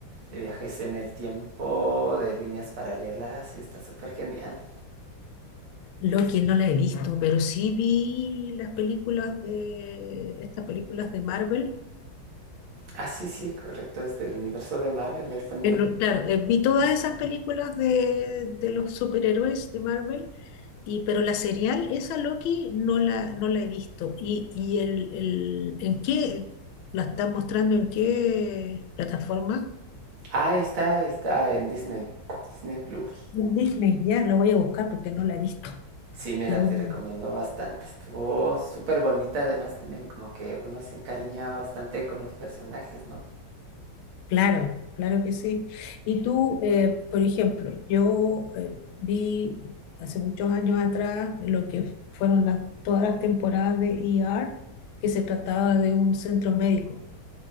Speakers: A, on the right (about 75°); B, on the left (about 80°).
A: de viajes en el tiempo, de líneas paralelas y está súper genial.
B: Loki no la he visto, pero sí vi las películas de estas películas de Marvel.
A: Ah, sí, sí, correcto, es del universo de Marvel, él también.
B: Eh, no, claro, eh, vi todas esas películas de, de los superhéroes de Marvel, y, pero la serial, esa Loki, no la, no la he visto. ¿Y, y el, el- en qué la están mostrando? ¿En qué plataforma?
A: Ah, está, está en Disney, Disney Plus.
B: En Disney, ya la voy a buscar porque no la he visto.
A: Sí, mira,
B: Ya mismo.
A: te recomiendo bastante. Estuvo súper bonita, además también como que uno se encariñaba bastante con los personajes, ¿no?
B: Claro, claro que sí. Y tú, eh, por ejemplo, yo eh, vi hace muchos años atrás lo que fueron las- todas las temporadas de ER, que se trataba de un centro médico.